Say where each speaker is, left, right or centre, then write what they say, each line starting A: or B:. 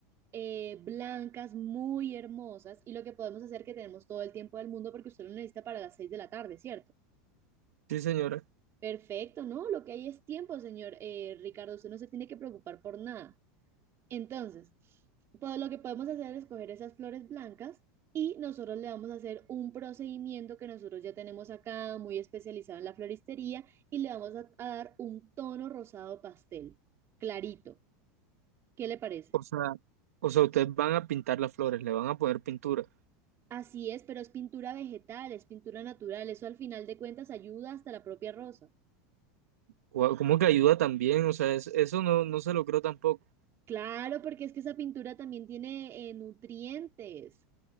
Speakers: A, on the right; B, on the right.
A: eh, blancas muy hermosas y lo que podemos hacer que tenemos todo el tiempo del mundo porque usted lo necesita para las seis de la tarde, ¿cierto?
B: Sí, señora.
A: Perfecto, no, lo que hay es tiempo, señor eh, Ricardo, usted no se tiene que preocupar por nada. Entonces, pues lo que podemos hacer es coger esas flores blancas y nosotros le vamos a hacer un procedimiento que nosotros ya tenemos acá, muy especializado en la floristería, y le vamos a, a dar un tono rosado pastel, clarito. ¿Qué le parece?
B: O sea, o sea, ustedes van a pintar las flores, le van a poner pintura.
A: Así es, pero es pintura vegetal, es pintura natural, eso al final de cuentas ayuda hasta la propia rosa.
B: Guau, ¿Cómo que ayuda también? O sea, es- eso no, no se lo creo tampoco.
A: Claro, porque es que esa pintura también tiene eh, nutrientes.